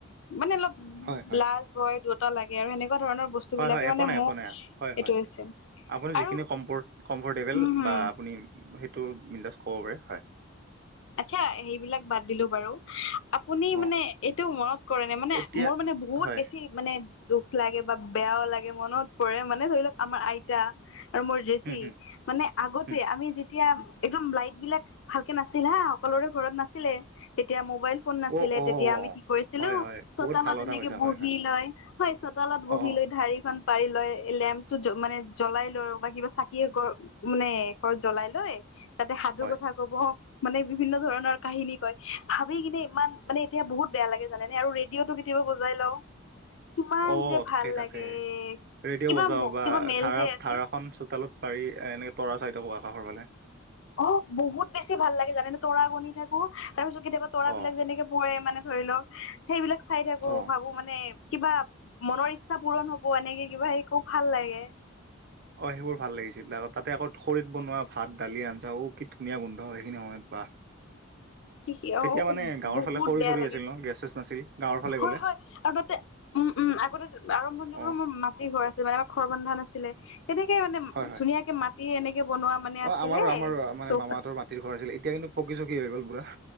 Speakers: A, on the left; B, on the right.
A: মানে অলপ
B: হয় হয়
A: লাজ ভয় দুটা লাগে আৰু সেনেকুৱা ধৰণৰ বস্তু। বস্তুবিলাকে
B: হয় হয়
A: মানে
B: একো নাই
A: মোক
B: একো নাই হয়
A: এইটো
B: হয়
A: হৈছে।
B: আপুনি
A: আৰু
B: যিখিনি কমফৰ কমফৰ্টেবল
A: উম হম
B: বা আপুনি সেইটো বিন্দাচ ক'ব পাৰে হয়।
A: আচ্ছা সেইবিলাক বাদ দিলোঁ বাৰু, আ আপুনি
B: অ
A: মানে এইটোও মনত কৰেনে মানে
B: এতিয়া
A: মোৰ মানে বহুত
B: হয়
A: বেছি মানে দুখ লাগে বা বেয়াও লাগে, মনত পৰে মানে ধৰি লওক আমাৰ আইতা। আৰু মোৰ জেঠি
B: হুম হুম
A: মানে আগতে
B: হুম
A: আমি যেতিয়া একদম লাইটবিলাক ভাল কে নাছিল হা, সকলোৰে ঘৰত নাছিলে তেতিয়া মোবাইল ফোন নাছিলে
B: অ অ
A: তেতিয়া আমি কি কৰিছিলো,
B: হয় হয়
A: চোতালত
B: বহুত ভাল কথা
A: এনেকে
B: কৈছা
A: বহি
B: হয় হয়
A: লৈ হয়, চোতালত
B: অ
A: বহি লৈ ঢাৰিখন পাৰি লৈ, লেম্পটো জ মানে জ্বলাই লৈ বা কিবা চাকিয়ে ঘ মানে শেষত জ্বলাই লৈ তাতে সাধু
B: হয়
A: কথা ক'ব। মানে বিভিন্ন ধৰণৰ কাহিনী কয়, ভাবি কিনে ইমান মানে এতিয়া বহুত বেয়া লাগে জানেনে আৰু ৰেডিঅ'টো কি টিও বজাই লওঁ।
B: <inaudible>
A: কিমান
B: অ'
A: যে
B: তাকে
A: ভাল
B: তাকে
A: লাগে
B: ৰেডিঅ'
A: কিবা
B: বজাওঁ বা
A: কিবা মেল
B: ধাৰা
A: যে আছে
B: ধাৰাখন চোতালত পাৰি এনেকৈ তৰা চাইড আকৌ আকাশৰ ফালে।
A: অ' বহুত বেছি ভাল লাগে জানেনে, তৰা গনি থাকোঁ তাৰপিছত কেতিয়াবা তৰাবিলাক
B: অ
A: যেনেকে পৰে, মানে ধৰি লওক সেইবিলাক চাই থাকোঁ,
B: অ
A: ভাবোঁ মানে কিবা মনৰ ইচ্ছা পূৰণ হ'ব, এনেকে কিবা হে, খুব ভাল লাগে।
B: অ' সেইবোৰ ভাল লাগিছিল আকৌ তাতে আকৌ খৰিত বনোৱা ভাত, দালি, আঞ্জা ধুমীয়া গোন্ধ হয় সেইখিনি সময়ত বা।
A: কি অ
B: তেতিয়া মানে গাঁৱৰ
A: বহুত
B: ফালে খৰি
A: বেয়া
B: চৰি
A: লাগে
B: আছিল ন' গেছ ছেছ নাছিল। গাঁৱৰ ফালে
A: হয়
B: গ'লে
A: হয়, আৰু তাতে উম, উম, আগতে আৰম্ভণিৰ
B: অ
A: তোমাৰ মা ঘৰ আছিল মানে আমাৰ খৰ বন্ধা নাছিলে, তেনেকে মানে
B: হয় হয়
A: ধুনীয়াকে মাটি এনেকে বনোৱা মানে
B: অ'
A: আছিলে
B: আমাৰো আমাৰো মানে
A: চৌক
B: মামাহঁতৰ মাটিৰ ঘৰ আছিল এতিয়া কিন্তু পকী চকী হৈ গ'ল পুৰা।